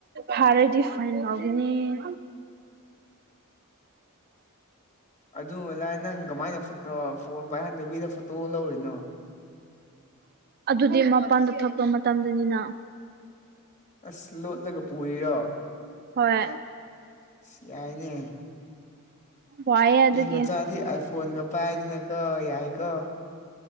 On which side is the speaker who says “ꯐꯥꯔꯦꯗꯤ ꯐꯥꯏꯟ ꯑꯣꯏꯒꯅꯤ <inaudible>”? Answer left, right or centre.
Right